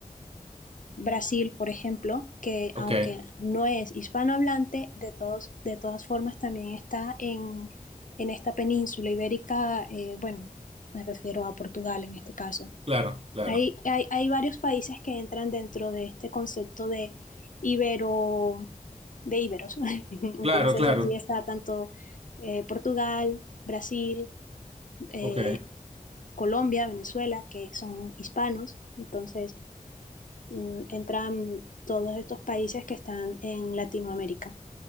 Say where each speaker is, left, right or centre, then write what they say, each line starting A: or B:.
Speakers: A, on the left; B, on the right.
A: Brasil, por ejemplo, que
B: ok,
A: aunque no es hispanohablante, de, todos, de todas formas también está en, en esta península ibérica, eh, bueno, me refiero a Portugal en este caso.
B: claro, claro,
A: Hay, hay, hay varios países que entran dentro de este concepto de ibero, de iberos. <laughs> Entonces,
B: claro, claro,
A: allí está tanto eh, Portugal, Brasil, eh,
B: ok,
A: Colombia, Venezuela, que son hispanos. Entonces, mm, entran todos estos países que están en Latinoamérica.